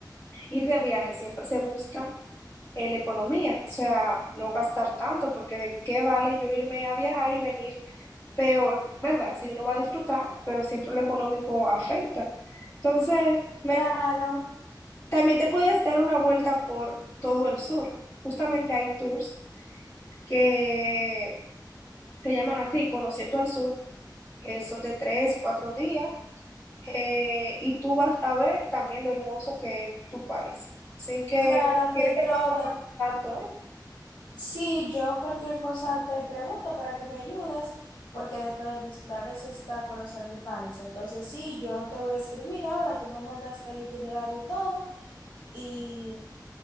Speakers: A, on the left; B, on the left.
A: ir de viaje, siempre se busca eh, la economía, o sea, no gastar tanto porque de qué vale yo irme a viajar y venir peor, ¿verdad? Si uno va a disfrutar, pero siempre lo económico afecta. Entonces, me
B: Claro,
A: también te puedes dar una vuelta por todo el sur. Justamente hay tours que se llaman así, Conociendo al Sur. eh, son de tres, cuatro días. eh, y tú vas a ver también lo hermoso que es tu país. Así que,
B: claro,
A: ¿quieres
B: dentro
A: que pueda pasar
B: de
A: contacto, eh?
B: Sí, yo cualquier cosa te pregunto para que me ayudes, porque dentro de mis planes está conocer mi país. Entonces, sí, yo te voy a escribir ahora, tú me mandas el itinerario y todo, y